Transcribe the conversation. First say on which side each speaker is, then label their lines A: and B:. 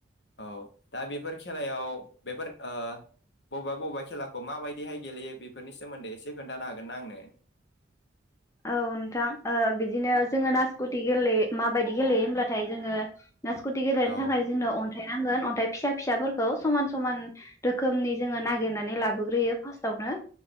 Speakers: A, on the left; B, on the left.
A: औ दा बेफोर खेलायाव बेफोर ओ बबेबा बबेबा खेलाखौ माबायदिहाय गेलेयो बेफोरनि सोमोन्दै एसे खोन्थानो हागोन ना आंनो
B: औ नोंथां ओ बिदिनो जोङो नासकुथि गेलेयो माबायदि गेलेयो होमब्लाथाय जोङो नासकुटि गेलेनो
A: औ
B: थाखाय जोंनो अन थाइ नांगोन अन्थाइ फिसा फिसाफोरखौ समान समान रोखोमनि जोङो नागिरनानै लाबोग्रोयो फार्स्टआवनो